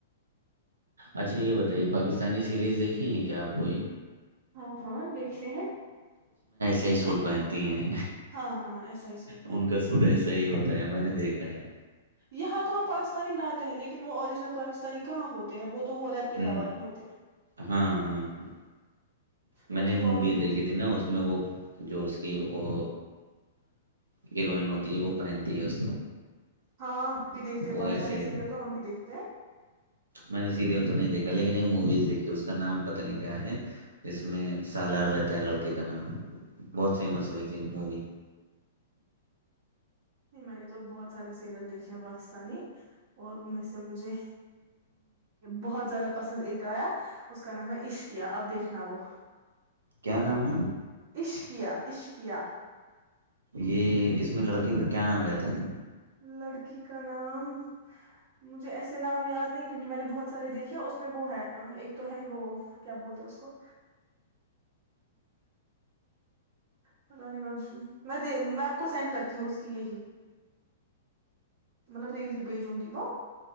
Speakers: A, on the right; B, on the right.
A: اچھا یہ بتائیے پاکستانی سیریز دیکھی ہے کیا آپ کوئی
B: ہاں ہاں دیکھتے ہیں
A: سیز فوٹ پین ہیں
B: ہاں ہاں ایسا ہی سوٹ پہنا
A: ان کا سوٹ ایسا صحیح ہوتا ہے میں نے دیکھا ہے
B: یہاں تو ہم پاکستانی لاتے ہیں لیکن وہ اوریجنل پاکستانی کہاں ہوتے ہیں وہ تو وہ ریپلیکا
A: ہ
B: والے ہوتے ہیں
A: ہاں ہاں ہاں میں
B: وہ
A: نے
B: تو
A: ایک
B: کاپی
A: مووی
B: ہوتی
A: دیکھی
B: ہے
A: تھی نا اس میں وہ جو اس کی وہ ہیروئن ہوتی ہے وہ پہنتی ہے اس کو
B: ہاں ہم بھی دیکھتے ہیں پاکستانی
A: وہ ایسے
B: سیریل تو ہم بھی دیکھتے ہیں
A: میں نے سیریل تو نہیں دیکھا لیکن ایک موویز دیکھی اس کا نام پتہ نہیں کیا ہے جس میں سالار رہتا ہے لڑکے کا نام بہت فیمس ہوئے تھی مووی
B: نہیں میں نے تو بہت سارے سیریل دیکھے پاکستانی اور ان میں سے مجھے بہت زیادہ پسند ایک آیا اس کا نام ہے عشقیا اب دیکھنا وہ
A: کیا نام ہے
B: عشقیہ عشقیہ
A: یہ اس میں لڑکے کا کیا نام رہتا ہے ن
B: لڑکی کا نام مجھے ایسے نام یاد نہیں کیونکہ میں نے بہت سارے دیکھے اس میں وہ ہے ایک تو ہے وہ کیا بولتے اس کو پتا نہیں میں میں میں آپ کو سینڈ کرتی ہوں اس کی یہی مطلب ری ہی بھیجوں گی وہ